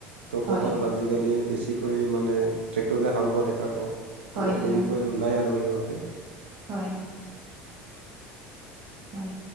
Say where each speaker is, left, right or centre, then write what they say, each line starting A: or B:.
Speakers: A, on the right; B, on the right.
A: ত'
B: হয়
A: পতাৰত আজিকালি বেছিক কৈ মানে ট্ৰেক্টৰেৰে হাল বোৱা দেখা পাওঁ,
B: হয়
A: অলপ দেৰিকৈ
B: হয়
A: ওলাই আৰু সিহঁতে
B: হয়। হয়।